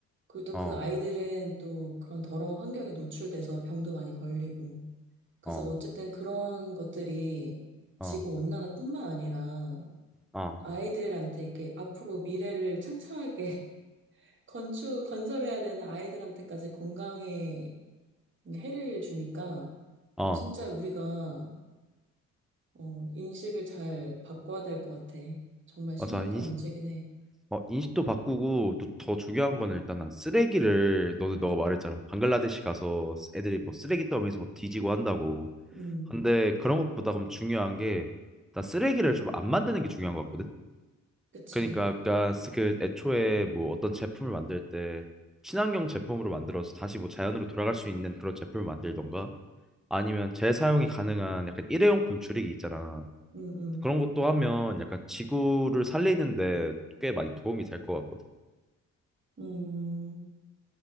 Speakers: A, on the right; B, in the centre.
A: 그리고 또
B: 어,
A: 그 아이들은 또 그런 더러운 환경에 노출돼서 병도 많이 걸리고 그래서
B: 어,
A: 어쨌든 그런 것들이 지구
B: 어,
A: 온난화뿐만 아니라
B: 어,
A: 아이들한테 이렇게 앞으로 미래를 창창하게 <laughs> 건축, 건설해야 되는 아이들한테까지 건강에 해를 주니까
B: 어,
A: 진짜 우리가 어, 인식을 잘 바꿔야 될 것 같아. 정말 심각한
B: 맞아. 인식,
A: 문제긴 해.
B: 어, 인식도 바꾸고 또 더 중요한 거는 일단 난 쓰레기를 너는 너가 말했잖아. 방글라데시 가서 쓰- 애들이 뭐 쓰레기 더미에서 뭐 뒤지고 한다고.
A: 음,
B: 근데 그런 것보다 그럼 중요한 게 나 쓰레기를 좀 안 만드는 게 중요한 것 같거든.
A: 그치.
B: 그러니까 아까 스- 그 애초에 뭐 어떤 제품을 만들 때 친환경 제품으로 만들어서 다시 뭐 자연으로 돌아갈 수 있는 그런 제품을 만들던가 아니면 재사용이 가능한 약간 일회용품 줄이기 있잖아.
A: 음, 음,
B: 그런 것도 하면 약간 지구를 살리는데 꽤 많이 도움이 될 것 같거든.
A: 음,